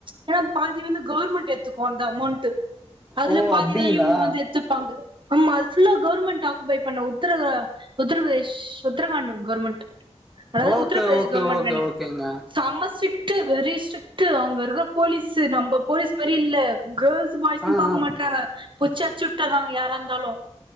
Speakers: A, on the right; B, in the centre.
A: ஏனா பாதி வந்து கவுர்மெண்ட் எத்துக்கும் அந்த அமௌண்ட்டு அதுல
B: ஓ
A: பாதிதான்
B: அப்டிங்களா
A: இவுங்க வந்து எத்துப்பாங்க ஆமா அது ஃபுல்லா கவர்மெண்ட் ஆ க்பை பண்ண உத்தரவு உத்தர பிரதேஷ் உத்தரகாண்ட் கவுர்மெண்ட்டு அதாவது
B: okay
A: Uttar Pradesh
B: okay
A: government
B: okay
A: நெனக்க
B: ஓகேங்க
A: சம்ம ஷிட்டு வெரி ஸ்ட்ரிட்டு அங்க இருக்கற போலீஸ்ஸு நம்ப போலீஸ் மாரி து இல்ல கேள்ஸ் பாய்ஸ்ன்னு
B: ஆ
A: பாக்க
B: ஆ
A: மாட்றாங்க புச்சு அச்சுட்டராங்க யாரா இந் தாலோ